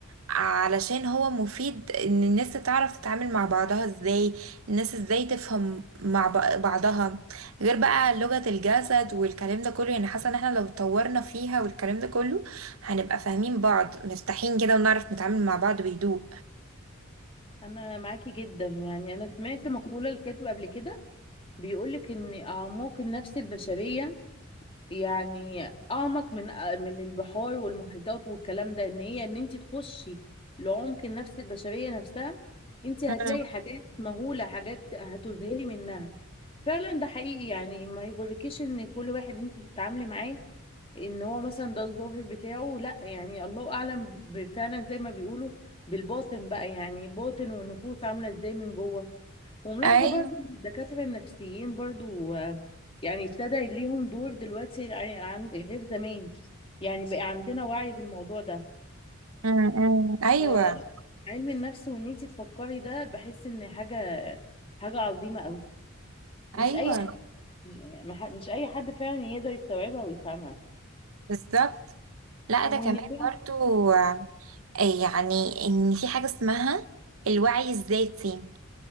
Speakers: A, on the right; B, on the left.
A: علشان هو مفيد ان الناس تعرف تتعامل مع بعضها ازاي الناس ازاي تفهم مع ب- بعضها غير بقى لغة الجسد والكلام ده كله يعني حاسة ان احنا لو اتطورنا فيها والكلام ده كله هنبقى فاهمين بعض مرتاحين كده ونعرف نتعامل مع بعض بهدوء
B: انا معاكي جدا يعني انا سمعت مقولة لكاتب قبل كده بيقولك ان اعماق النفس البشرية يعني اعمق من من البحار والمحيطات والكلام ده ان هي ان انت تخشي لعمق النفس البشريه نفسها انت هتلاقي
A: مم.
B: حاجات مهوله حاجات هتذهلي منها فعلا ده حقيقي يعني ما يغركيش ان كل واحد انت بتتعاملي معاه ان هو مثلا ده الظاهر بتاعه لا يعني الله اعلم ب- فعلا زي ما بيقولوا بالباطن بقى يعني باطن والنفوس عامله ازاي من جوه وملاحظه
A: ايوه
B: برضو الدكاتره النفسيين برضو يعني ابتدى ليهم دور دلوقتي يعني عن غير زمان يعني بقى عندنا وعي بالموضوع ده
A: مم. مم. ايوه
B: فعلم النفس وان انت تفكري ده بحس ان حاجه حاجه عظيمه قوي مش
A: ايوه
B: اي حد يعني مح- مش اي حد فعلا يقدر يستوعبها ويفهمها
A: بالظبط لا
B: وان
A: ده كمان
B: فعلا
A: برضو آه، يعني ان في حاجة اسمها الوعي الذاتي